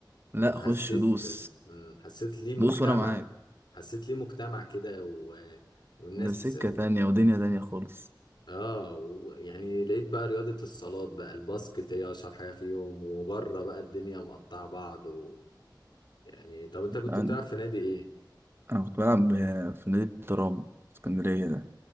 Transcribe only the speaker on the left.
أنا
حسيت
مم، حسيت ليه مجتمع
حسيت ليه مجتمع كده و والناس
اه يعني لقيت بقى رياضة الصالات بقى الباسكت هي اشهر حاجة فيهم وبره بقى الدنيا مقطعة بعض و... يعني طب انت كنت
بتلعب في نادي ايه؟